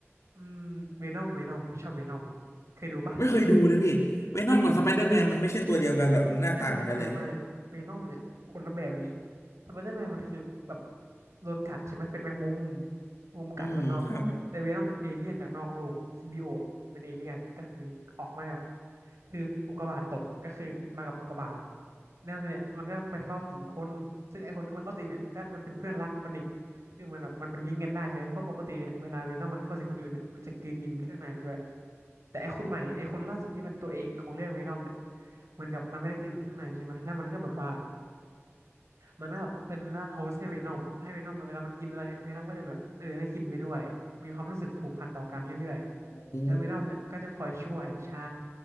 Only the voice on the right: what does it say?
อืมเวนอมเวนอมพี่ชอบเวนอมเคยดูปะ
ไม่ไม่ไม่เวนอมเนี่ยคนละแบบเลยสไปเดอร์แมนมันคือแบบโดนกัดใช่ไหมเป็นแมงมุมแมงมุมกัดมันเนาะแต่เวนอมเนี่ยเอเลี่ยนจากนอกโลกซิมบิโอตเป็นเอเลี่ยนก็คือออกมาแบบ
คืออุกกาบาตตกก็คือมากับอุกกาบาตเนี่ยเนี่ยมันก็ไปเข้าสิงคนซึ่งไอ้คนที่มันเข้าสิงเนี่ยก็มันเป็นเพื่อนรักมันอีกคือมันแบบมันเป็นลิงก์กันได้ใช่ไหมเพราะปกติเนี่ยเวลาเวนอมมันเข้าสิงคนอื่นเนี่ยมันจะกินกินเครื่องในไปด้วย แต่ไอคนใหม่ไอคนล่าสุดที่เป็นตัวเอกของเรื่องเวนอมเนี่ยเหมือนกับมันไม่ได้กินเครื่องในใช่ไหมแล้วมันก็แบบว่ามันก็แบบเป็นร่างโฮสต์ให้เวนอมให้เวนอมเวลามันกินอะไรเนี่ยเวนอมก็จะแบบเออได้กินไปด้วยมีความรู้สึกผูกพันต่อกันเรื่อยๆแล้วเวนอมเนี่ยก็จะคอยช่วยใช่